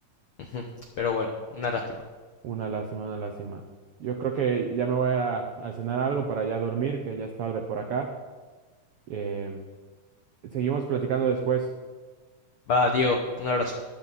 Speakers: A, on the left; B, on the right.
A: ujú, pero bueno, una lástima.
B: una lástima, una lástima. Yo creo que ya me voy a ir a, a cenar algo para ya dormir, que ya es tarde por acá. Eh, seguimos platicando después.
A: Va, Diego, un abrazo.